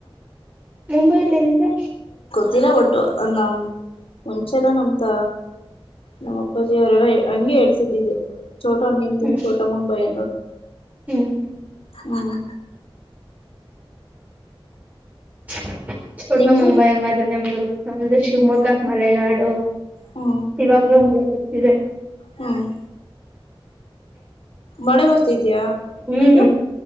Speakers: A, on the right; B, on the left.
A: ಮುಂಬೈಲೇನಿದೆ?
B: ತಿಲ್ಲಾ ಒಟ್ಟು ನಮ್ ಮುಂಚೆಲ್ಲ ನಮ್ತ ನಮ್ ಅಪ್ಪಾಜಿ ಅವರೆಲ್ಲ ಹಂಗೆ ಹೇಳ್ತಿದ್ದಿದು ಛೋಟಾ ನಿಮ್ದು
A: ಹ್ಮ್
B: ಛೋಟಾ ಮುಂಬೈ ಅನ್ನೋರು.
A: ಹ್ಮ್
B: ಹ್ಮ್
A: <unintelligible> ಛೋಟಾ
B: ನಿಮ್ದು
A: ಮುಂಬೈ ಹಂಗಾದ್ರೆ ನಮ್ದು ನಮ್ದು
B: ಹ್ಮ್
A: ಶಿವಮೊಗ್ಗ ಮಲೆನಾಡು
B: ಹ್ಮ್
A: ಇವಾಗ್ಲೂ ಮಳೆ ಇದೆ.
B: ಹ್ಮ್ ಮಳೆ ಬರ್ತಿದ್ಯಾ
A: ಹ್ಮ್
B: ಈಗ